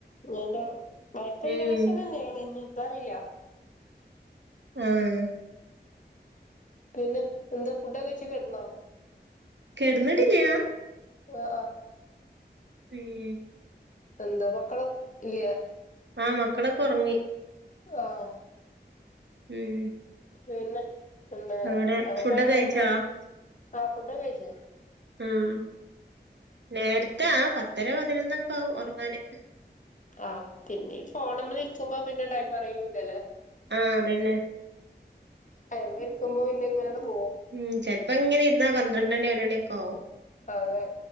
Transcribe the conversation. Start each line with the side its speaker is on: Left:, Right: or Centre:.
Left: ഇഞ്ഞയ്ന്റെ വൈഫൈ
Right: ഉം
Left: കണക്ഷൻന്നെയാണ് ഇനി എന്താ അറിയില്ലാ
Right: ആഹ്
Left: പിന്നെ എന്താ ഫുഡൊകെയിച്ച് കെടന്നോ
Right: കെടന്ന്ടില്ല്യാ
Left: ആഹ് ആഹ്
Right: ഉം
Left: എന്താ മക്കള് ഇല്ല്യേ
Right: ആഹ് മക്കളൊക്കെ ഒറങ്ങി
Left: ആഹ്
Right: ഉം
Left: പിന്നെ എന്താ
Right: അവിടെ
Left: എപ്പഴ
Right: ഫുഡൊക്കെ
Left: ഉറങ്ങ
Right: കഴിച്ചോ
Left: ആഹ് ഫുഡൊക്കെ കഴിച്ച
Right: ഉം നേരത്തെ പത്തര പതിനൊന്നൊക്കെ ആവും ഉറങ്ങാന്
Left: ആഹ് പിന്നെ ഈ ഫോണമ്മ ഇരിക്കുമ്പോ പിന്നെ ടൈം അറിയൂല്ലല്ലേ
Right: ആഹ് അതന്നെ
Left: ആയ്മ്മ ഇരിക്കുമ്പോ പിന്നെ ഇങ്ങനെയട് പോകും
Right: ഉം ചെല്പ്പോ ഇങ്ങനെ ഇരുന്നാ പന്ത്രണ്ടണി ഒരു മണിയൊക്കെ ആവും
Left: അതെ